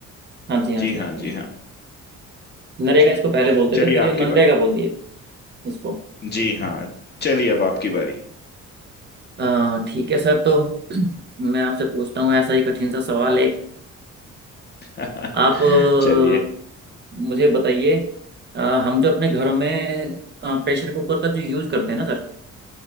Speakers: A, on the right; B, on the left.
A: हाँ जी हाँ
B: जी
A: जी
B: हाँ
A: हाँ जी हाँ
B: जी
A: जी
B: हाँ
A: नरेगा
B: जी
A: इसको पहले बोलते
B: चलिए
A: थे फिर ये
B: आपकी
A: मनरेगा
B: बारी
A: बोल दिए इसको
B: जी हाँ चलिए अब आपकी बारी
A: अ, ठीक है सर तो मैं आपसे पूछता हूँ ऐसा ही कठिन सा सवाल एक
B: <laughs>
A: आप अ,
B: चलिए
A: मुझे बताइए अ, हम जो अपने घरों में अ, प्रेशर कुकर का जो यूज़ करते हैं ना सर